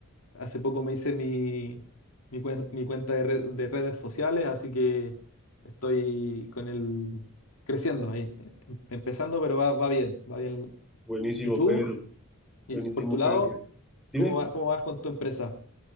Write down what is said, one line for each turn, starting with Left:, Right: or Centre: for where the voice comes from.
Left: hace poco me hice mi, mi, cuen- mi cuenta de, red- de redes sociales, así que estoy con el creciendo ahí. eh, em- Empezando, pero va, va bien, va bien.
Centre: Buenísimo,
Left: ¿Y tú?
Centre: Pedro.
Left: ¿Y
Centre: Buenísimo,
Left: por tu
Centre: Pedro.
Left: lado?
Centre: Dime.
Left: ¿Cómo va- cómo vas con tu empresa?